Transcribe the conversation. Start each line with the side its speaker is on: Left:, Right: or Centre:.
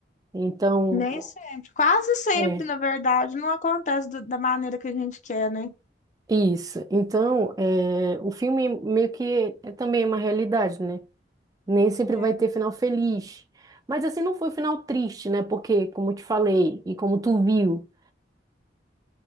Right: Então,
Left: nem sempre. Quase sempre,
Right: é
Left: na verdade, não acontece do- da maneira que a gente quer, né?
Right: isso. Então, eh, o filme meio que é também uma realidade, né? Nem sempre
Left: É,
Right: vai ter final feliz. Mas assim, não foi final triste, né? Porque, como eu te falei e como tu viu,